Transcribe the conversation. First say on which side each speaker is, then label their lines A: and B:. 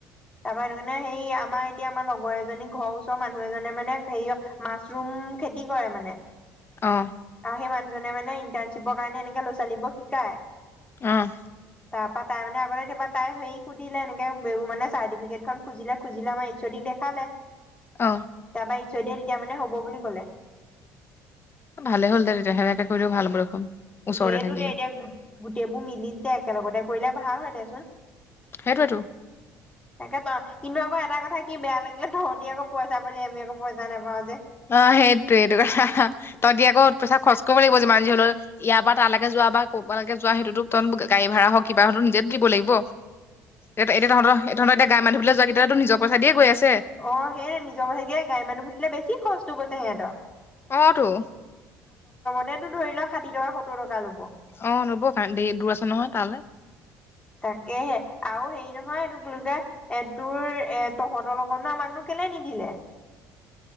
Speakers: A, on the left; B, on the left.
A: তাৰপা সেইকাৰণে সে আমাৰ এতিয়া আমাৰ লগৰ এজনী ঘৰৰ ওচৰৰ মানুহ এজনে মানে হেৰি মাছৰুম খেতি কৰে মানে <inaudible>
B: অ'।
A: আৰু সেই মানুহজনে মানে ইণ্টাৰ্শ্বিপৰ কাৰণে এনেকে ল'ৰা ছোৱালীবোৰক শিকায়।
B: আহ।
A: তাৰ পৰাৰা তাই মানেগতেতিা তাই সে সুধিলে এনেকে ব মান চাৰ্টিফিকেট খুজিলে খুজিলে আমাৰ এইচঅ'ডি দেখালে
B: অ
A: তাৰপা ইশছয় দিয়ে তেতিয়া মানে হ'ব বুলি ক'লে।
B: ভালে হ'ল দে তেতিয়া সেনেকে কৰিলেও ভাল দেখোন। ওচৰতে
A: সেইয়েতোকে
B: থাকিলে
A: এতিয়া গোটেইবোৰ মিলি দে একেলগতে কৰিলে ভাল হয় দেচোন।
B: সেইটোৱেতো।
A: একে ত'। কিন্তু আকৌ এটা কথা কি বেয়া লাগিলে তহঁতি আকৌ পইচা পালি আমি আকৌ পইচা নাপাওঁ যে।
B: অ', সেইটো সেইটো তহঁতি আকৌ পইচা খৰচ কৰিব লাগিব। যিমান যি হ'লেও ইয়াৰ পৰা তালৈকে যোৱা বা ক'বালৈে য সটোো তহত গাড়ী ভা়ড়া হওঁক কিবা হওঁক নিজেতো দিব লাগিব। এতিয়া এতি তহঁততিয়া তঁত এতি গ মানুবুললৈ যোৱা কেতিয়াাতো নিৰ পইচা দিয়ে গৈ আছে।
A: অ', সেইয়হে নিজৰ কথাকে গাম্যানুভুতিলে বেছি কষ্ট কৰিছে সিহঁতৰ।
B: অ' তো।
A: এটো ধৰি লোৱা ষাঠি টকা সত্তৰ টকা। ল'ব
B: অ লব দে দূৰ আছে নহয় তালৈ
A: তাকেহে আৰু হেৰি নহয় এই তা এ তোৰ এ তহঁতৰ লগতনো আমাকনো কে নিদিলে।
B: <unintelligible>